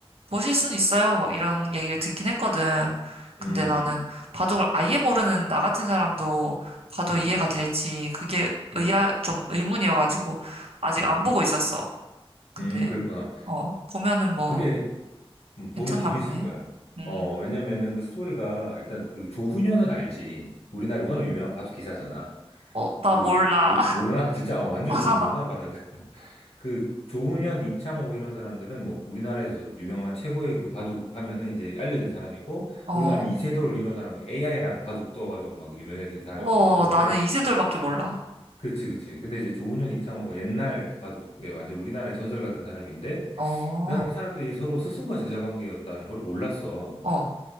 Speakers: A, on the right (about 70°); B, on the left (about 75°).
A: 모실 순 있어요. 막 이런 얘기를 듣긴 했거든. 근데
B: 음,
A: 나는 바둑을 아예 모르는 나 같은 사람도 봐도
B: 음,
A: 이해가 될지 그게
B: 음,
A: 의아 좀 의문이어가지고 아직
B: 음,
A: 안 보고 있었어. 근데
B: 음, 그랬구나.
A: 어 보면은 뭐
B: 그게 음, 보면
A: 괜찮나
B: 재밌을
A: 보네.
B: 거야.
A: 음,
B: 어, 왜냐면은 그 스토리가 일단 그 조훈현은 알지. 우리나라에 워낙 유명한 바둑 기사잖아.
A: 어, 나
B: 그
A: 몰라.
B: 모, 모르나? <laughs> 진짜 아, 완전히
A: <laughs>
B: 모르는구나 바닥을. <laughs> 그 조훈현, 이창호 이런 사람들은 뭐 우리나라에서도 유명한 최고의 그 바둑 하면은 이제 알려진 사람이고
A: 어,
B: 우리가 아는 이세돌 이런 사람은 AI랑 바둑 떠가지고 막 유명해진 사람이고
A: 어,
B: 뭐 그런데
A: 나는 이세돌밖에 몰라.
B: 그치 그치. 근데 이제 조훈현, 이창호가 옛날 그 바둑에 완전 우리나라의 전설 같은 사람인데
A: 어,
B: 나는 이 사람들이 서로 스승과 제자 관계였다는 걸 몰랐어.
A: 어,